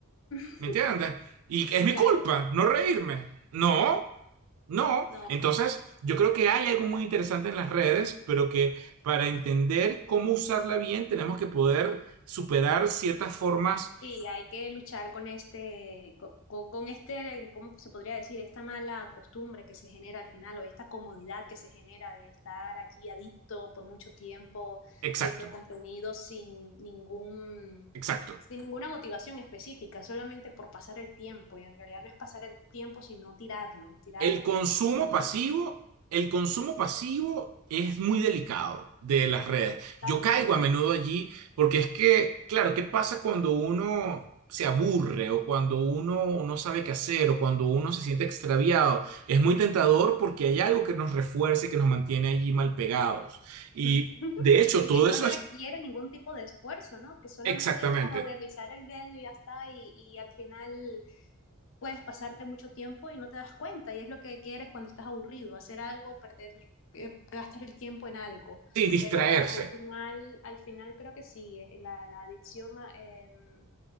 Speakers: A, on the left (about 60°); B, on the right (about 75°).
A: <laughs>
B: ¿Me entiendes? Y es
A: Claro.
B: mi culpa no reírme. No, no.
A: No,
B: Entonces, yo creo que hay algo muy interesante en las redes, pero que para entender cómo usarla bien tenemos que poder superar ciertas formas.
A: sí, hay que luchar con este, co- co- con, este, eh, ¿cómo se podría decir? Esta mala costumbre que se genera al final o esta comodidad que se genera de estar allí adicto por mucho tiempo,
B: Exacto,
A: viendo contenido sin ningún,
B: exacto.
A: sin ninguna motivación específica, solamente por pasar el tiempo. Y en realidad no es pasar el tiempo, sino tirarlo, tirarlo
B: El consumo
A: porque mm, mm,
B: pasivo,
A: mm,
B: el consumo pasivo es muy delicado de las redes.
A: totalmente.
B: Yo caigo a menudo allí porque es que, claro, ¿qué pasa cuando uno se aburre o cuando uno no sabe qué hacer o cuando uno se siente extraviado? Es muy tentador porque hay algo que nos refuerce, que nos mantiene allí mal pegados. Y
A: <laughs>
B: de hecho,
A: Y
B: todo
A: que no
B: eso
A: requiere
B: es
A: ningún tipo de esfuerzo, ¿no? Que solamente
B: exactamente,
A: es como deslizar el dedo y ya está, y, y al final puedes pasarte mucho tiempo y no te das cuenta, y es lo que quieres cuando estás aburrido, hacer algo, perder, eh, gastar el tiempo en algo.
B: sí, distraerse.
A: Pero al final, al final creo que sí, eh, la, la adicción a, em,